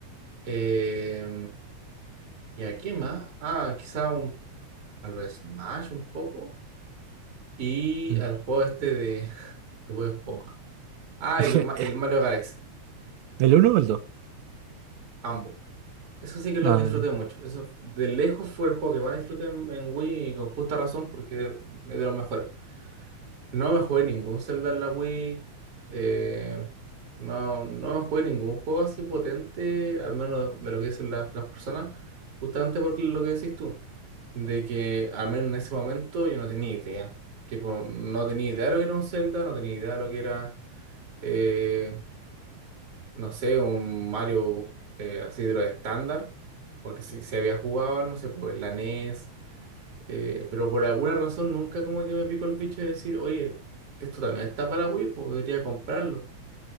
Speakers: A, on the right; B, on the right.
A: Eh, ¿y aquí más? Ah, quizá un, a lo Smash un poco. Y
B: Mm.
A: al juego este de, <laughs> de Bob Esponja. Ah,
B: <laughs>
A: y los ma- el Mario Galaxy.
B: ¿El uno, o el dos,
A: Ambos. Eso sí que los
B: Ah,
A: disfruté mucho. Eso de lejos fue el juego que más disfruté en, en Wii y con justa razón porque es de los mejores. No me jugué ningún Zelda en la Wii. eh, no, no me jugué ningún juego así potente, al menos de lo que dicen las, las personas, justamente por lo que decís tú, de que al menos en ese momento yo no tenía idea. Tipo, no tenía idea de lo que era un Zelda, no tenía idea de lo que era, eh, no sé, un Mario eh, así de lo estándar, porque si se había jugado, no sé, pues en la NES eh, pero por alguna razón nunca como que me picó el bicho de decir, oye, esto también está para Wii, podría comprarlo.